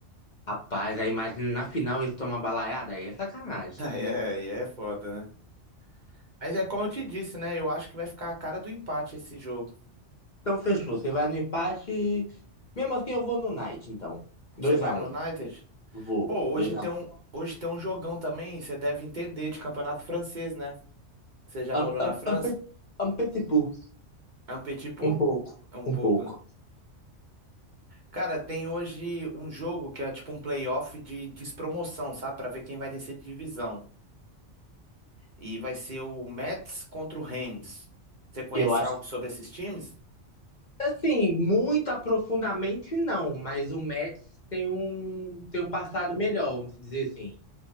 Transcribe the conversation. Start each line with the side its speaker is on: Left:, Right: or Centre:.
Left: Rapaz, aí imagina na final eles tomam uma balaiada, aí é sacanagem.
Right: <laughs> Aí é, aí é foda, né? Mas é como eu te disse, né? Eu acho que vai ficar a cara do empate esse jogo.
Left: Então fechou. Você vai no empate. e- Mesmo assim, eu vou no Knight, então. dois
Right: Você vai
Left: a
Right: no
Left: um.
Right: United?
Left: Vou.
Right: Pô, hoje
Left: 2x1.
Right: tem um, hoje tem um jogão também, você deve entender de campeonato francês, né? Você já
Left: Um,
Right: morou na
Left: um,
Right: França?
Left: um, pe- um petipu.
Right: É um petit peu?
Left: Um pouco.
Right: É um pouco.
Left: Um pouco.
Right: né? Cara, tem hoje um jogo que é tipo um playoff de despromoção, sabe? Pra ver quem vai descer de divisão. E vai ser o Mets contra o Rams. Você conhece
Left: Eu acho
Right: algo
Left: que.
Right: sobre esses times?
Left: Assim, muito aprofundamente não, mas o Mets tem um, tem um passado melhor, vamos dizer assim.